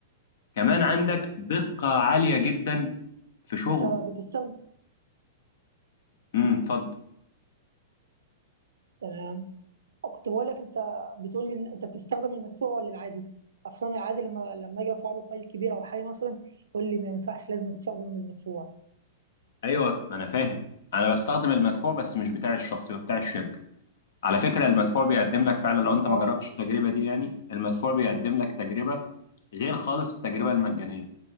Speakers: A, on the left; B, on the right.
A: كمان عندك دقة عالية جدا في شغله
B: انت بتستخدم
A: امم اتفضل
B: تمام كنت بقول لك انت بتقول لي ان انت بتستخدم المدفوع ولا العادي اصلا العادي لما لما اجي ارفع له فايل كبير او حاجه مثلا يقول لي ما ينفعش لازم تستخدم المدفوع
A: ايوه ما انا فاهم انا بستخدم المدفوع بس مش بتاع الشخصي هو بتاع الشركه على فكره المدفوع بيقدم لك فعلا لو انت
B: اه
A: ما جربتش التجربه دي يعني المدفوع بيقدم لك تجربه غير خالص التجربه المجانيه